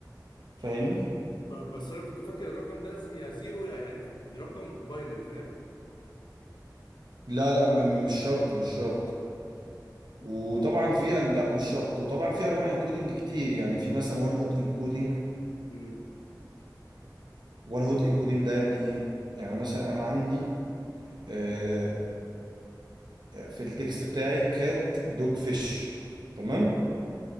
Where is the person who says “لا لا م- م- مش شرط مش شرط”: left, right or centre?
Right